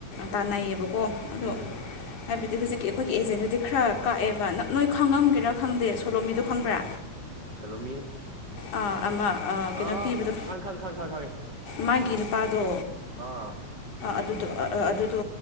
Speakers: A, on the left; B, on the right.
A: ꯇꯥꯟꯅꯩꯌꯦꯕꯀꯣ ꯑꯗꯣ
B: ꯎꯝ
A: ꯍꯥꯏꯕꯗꯤ ꯍ ꯍꯧꯖꯤꯛꯀꯤ ꯑꯩꯈꯣꯏꯒꯤ ꯑꯦꯖꯦꯟꯗꯨꯗꯤ ꯈꯔ ꯀꯥꯛꯑꯦꯕ ꯅꯞ ꯅꯣꯏ ꯈꯪꯉꯝꯒꯦꯔꯥ ꯈꯪꯗꯦ ꯁꯣꯂꯣꯝ ꯃꯤꯗꯣ ꯈꯪꯕ꯭ꯔꯥ
B: ꯆꯠꯂꯣꯃꯤ
A: ꯑ, ꯑꯃ ꯑ, ꯀꯩꯅꯣ
B: ꯑꯥ
A: ꯄꯤꯕꯗꯣ
B: ꯈꯥꯡ ꯈꯥꯡ ꯈꯥꯡ ꯈꯥꯡ ꯈꯥꯡꯉꯦ
A: ꯃꯥꯒꯤ ꯅꯨꯄꯥꯗꯣ
B: ꯑꯥ
A: ꯑꯗꯨꯗꯣ ꯑꯗꯨꯗꯣ